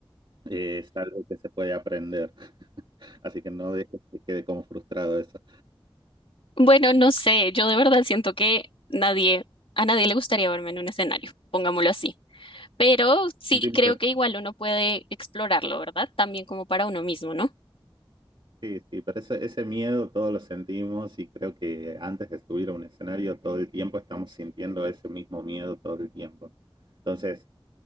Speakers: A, on the right (about 60°); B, on the left (about 75°).
A: Eh, es algo que se puede aprender. <laughs> Así que no dejes que quede como frustrado eso.
B: Bueno, no sé, yo de verdad siento que nadie, a nadie le gustaría verme en un escenario, pongámoslo así. Pero sí
A: Sentimos
B: creo
A: eso.
B: que igual uno puede explorarlo, ¿verdad? También como para uno mismo, ¿no?
A: Sí, sí, pero ese, ese miedo todos lo sentimos y creo que antes de subir a un escenario todo el tiempo estamos sintiendo ese mismo miedo todo el tiempo. Entonces